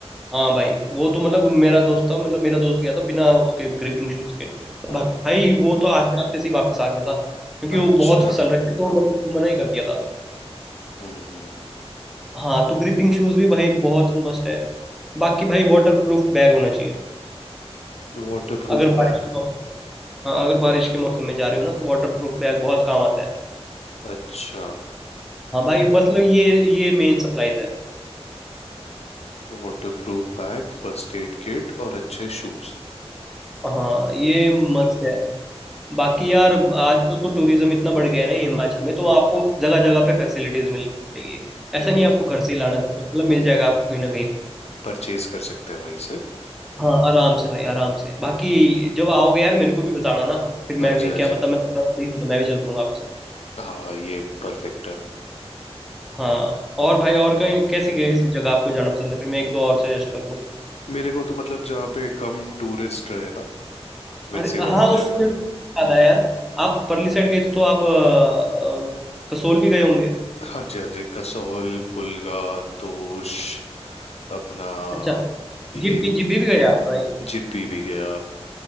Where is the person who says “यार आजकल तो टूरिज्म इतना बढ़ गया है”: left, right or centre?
Centre